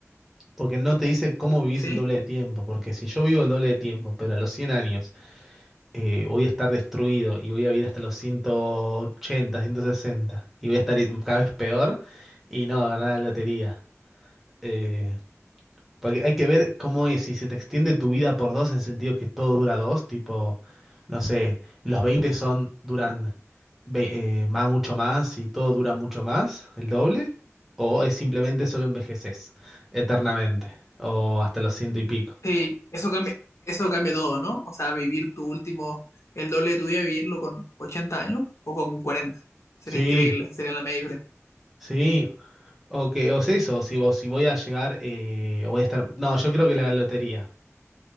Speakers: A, in the centre; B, on the left.
A: Porque no te dice cómo vivís
B: Sí.
A: el doble de tiempo, porque si yo vivo el doble de tiempo, pero a los 100 años eh, voy a estar destruido y voy a vivir hasta los ciento ochenta, ciento sesenta y voy a estar cada vez peor y no, a ganar la lotería. Eh, porque hay que ver cómo es, si se te extiende tu vida por dos en sentido que todo dura dos, tipo, no sé, los 20 son, duran ve- eh, más, mucho más y todo dura mucho más, el doble, o es simplemente solo envejeces eternamente, o hasta los ciento y pico.
B: Sí, eso cambia, eso cambia todo, ¿no? O sea, vivir tu último, el doble de tu vida, vivirlo con 80 años o con 40. Sería
A: Sí,
B: increíble, sería la media diferencia.
A: sí, o que, o es eso, si, vos- si voy a llegar, eh, voy a estar, no, yo creo que la lotería,